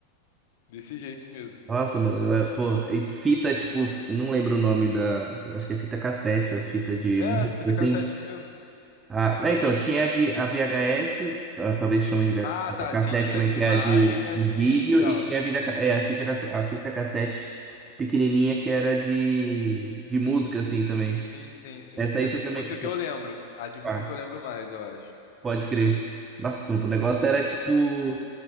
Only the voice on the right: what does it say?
Nossa, mano, eu, é- pô, e fita, tipo, não lembro o nome da. Acho que é fita cassete, as fitas de
música,
assim.
Ah, né, então, tinha a de, a VHS, ah, talvez chamem de VH
cassete
também,
que
é a de,
de
vídeo,
e tinha a,
vida, ca- é, a, fita, casse-
a fita cassete pequenininha, que era de, de música, assim, também.
Essa
aí você
também...
Ah,
pode crer. Nossa, o negócio era, tipo...